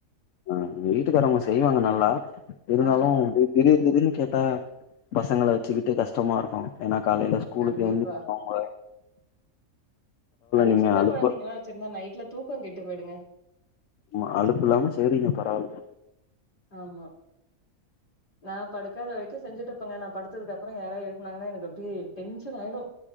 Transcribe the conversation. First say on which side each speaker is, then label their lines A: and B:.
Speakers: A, on the left; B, on the left.
A: ஆ எங்க வீட்டுக்கார அம்மா செய்வாங்க நல்லா இருந்தாலு
B: ஆ
A: போய் திடீர் திடீனு கேட்டா பசங்கள வெச்சுக்கிட்டு கஷ்டமா இருக்கு ஏன்னா காலையில ஸ்கூலுக்கு
B: கண்டிப்பா
A: எழுந்துப்பாங்க
B: அது
A: நீங்க
B: சின்ன
A: அலுப்பு
B: கொழந்தைங்கலா வெச்சிருந்தா நைட்ல தூக்கோ கெட்டு போயிடுங்க
A: ஆமா அடுப்பு இல்லாம செய்ரிங்க பரவால்ல
B: ஆமா நா படுக்காத வரைக்கு செஞ்சிட்டு இருப்பேங்க நா படுத்ததுக்கு அப்றோ யாராவது எழுப்பனாங்கன்னா எனக்கு அப்டியே டென்ஷன் ஆயிடு